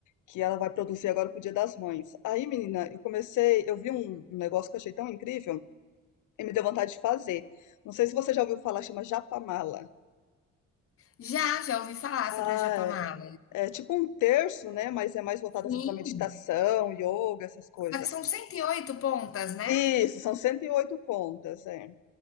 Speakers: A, on the left; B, on the left.
A: que ela vai produzir agora pro Dia das Mães. Aí, menina, eu comecei, eu vi um, um negócio que eu achei tão incrível e me deu vontade de fazer. Não sei se você já ouviu falar, chama japamala.
B: Já, já ouvi falar
A: Ah,
B: sobre a Japamala.
A: é, é tipo um terço, né? Mas é mais voltado
B: Sim,
A: assim para meditação, yoga, essas coisas.
B: só que são 108 pontas, né?
A: Isso, são 108 contas, é.